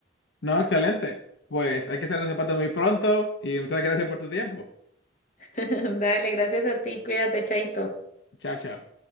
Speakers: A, on the left (about 70°); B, on the left (about 40°).
A: No, excelente. Pues hay que hacer el zapato muy pronto y muchas gracias por tu tiempo.
B: <laughs> Dale, gracias a ti, cuídate, Chaito.
A: Chao, chao.